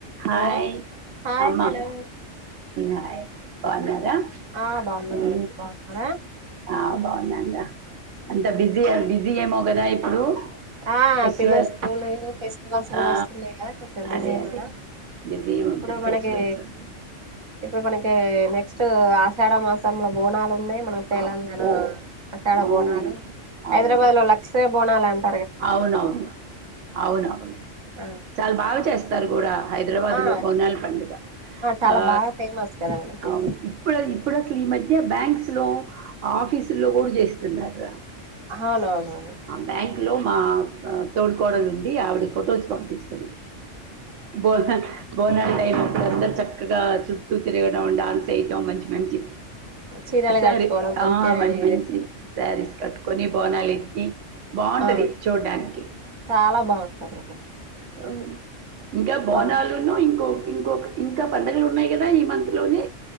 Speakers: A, on the right; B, on the right.
A: హాయ్
B: Hello hi
A: అమ్మ
B: madam
A: hi బావున్నారా
B: ఆ బాగున్నా
A: ఉ
B: మేడం మీరు బాగున్నారా
A: ఆ బాగున్నాం రా అంత బిజీ బిజీ ఏమో కదా ఇప్పుడు
B: ఆ
A: ఫెస్టివల్
B: పిల్లల స్కూల్ ఫెస్టివల్స్ కూడా
A: ఆ
B: వస్తుంది కదా కొంచెం బిజీనే
A: అదే అదే
B: మేడం
A: బిజీ ఉంటుంది
B: ఇప్పుడు మనకి
A: ఫెస్టివల్స్ వస్తు
B: ఇప్పుడు మనకి నెక్స్ట్ ఆషాఢ మాసంలో బోనాలు ఉన్నాయి మన తెలంగాణ
A: అబ్బో
B: ఆషాఢ
A: ఆ
B: బోనాలు హైదరాబాద్
A: అవునవును
B: లో లక్షర బోనాలంటే
A: అవునవును అవునవును
B: ఆ
A: చాలా బాగా చేస్ స్తారు కూడా హైదరాబాద్
B: ఆ
A: లో బొనాల పండుగ
B: చాలా
A: ఆ
B: బాగా ఫేమస్ కదా మనకి
A: అవును ఇప్పుడు ఇప్పుడు అసలు ఈ మధ్య బ్యాంక్స్ లో ఆఫీసుల్లో కూడా చేస్తున్నారు
B: అవునవునువును
A: బ్యాంక్లో మా తోడ్ కోడలు ఉంది ఆవిడ ఫొటోస్ పంపిస్తది బోనాలు బోనాల టైం అప్పుడు అందరు చక్కగా చుట్టూ తిరగడం డాన్స్ వేయట మంచి మంచి
B: చీరలు
A: శారీస్
B: కట్టుకోవడం మంచిగా
A: ఆ మంచి
B: రెడీ
A: మంచి శారీస్ కట్టుకొని బోనాలు ఎత్తి బాగుంటది
B: అవును
A: చూడ్డానికి
B: చాలా బాగుంటది
A: అవును ఇంకా బోనాలును
B: బా
A: ఇంకో ఇంకొక ఇంకా పండుగలు ఉన్నాయి కదా ఈ మంత్ లోనే